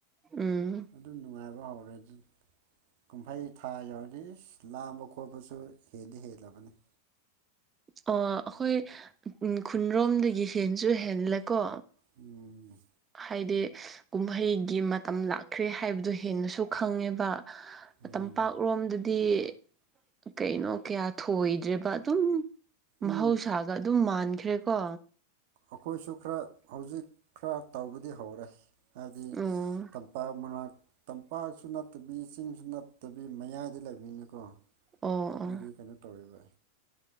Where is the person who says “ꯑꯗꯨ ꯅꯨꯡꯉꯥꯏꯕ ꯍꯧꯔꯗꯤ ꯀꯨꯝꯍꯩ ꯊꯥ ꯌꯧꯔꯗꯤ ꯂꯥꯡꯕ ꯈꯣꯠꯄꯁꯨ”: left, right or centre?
Right